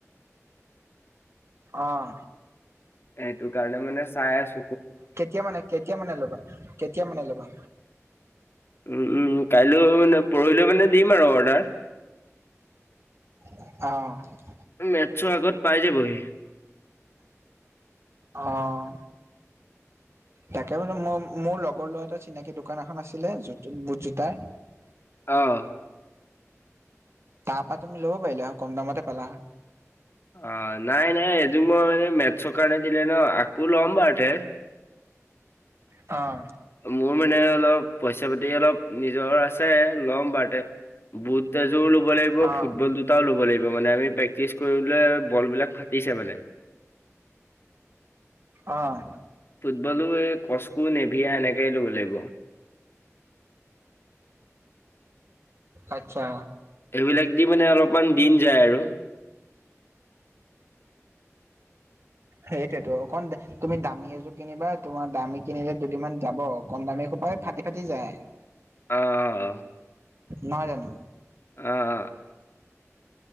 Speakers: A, on the right; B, on the left.
A: অহ।
B: সেইটো কাৰণে মানে চাই আছোঁ।
A: কেতিয়া মানে কেতিয়া মানে ল'বা কেতিয়া মানে ল'বা?
B: উমম কাইলৈ মানে পৰহিলৈও মানে দিম আৰু অৰ্ডাৰ।
A: অহ।
B: মেতছৰ আগত পাই যাবহি।
A: অঁ। তাকে বোলো মোৰ মোৰ লগৰ ল'ৰা এটা চিনাকি দোকান এখন আছিলে বুট জোতাৰ।
B: অঁ।
A: তাপা তুমি ল'ব পাৰিলা হয় কম দামতে পালা।
B: অ নাই নাই এইযোৰ মই মানে মেতছৰ কাৰণে দিলে ন আকৌ ল'ম বাৰু দে।
A: অঁ।
B: মোৰ মানে অলপ পইচা পাতি অলপ নিজৰ আছে লম বাৰু দে। বুট এযোৰ ল'ব লাগিব
A: অ',
B: ফুটবল জো তাও ল'ব লাগিব মানে আমি প্ৰেক্টিচ কৰিলে বল বিলাক ফাটিছে মানে।
A: অহ।
B: ফুটবলো এই কস্কো নেভিয়া এনেকেই ল'ব লাগিব।
A: আতচ্ছা।
B: এইবিলাক দি মানে অলপমান দিন যায় আৰু। <inaudible>
A: সেইটোৱেটো অকমান বেছি তুমি দামী এযোৰ কিনিবা তোমাৰ দামী কিনিলে দুদিনমান যাব কম দামী সোপা এই ফাটি ফাটি যায়।
B: অঁ, অঁ।
A: নহয় জানো?
B: অঁ অঁ।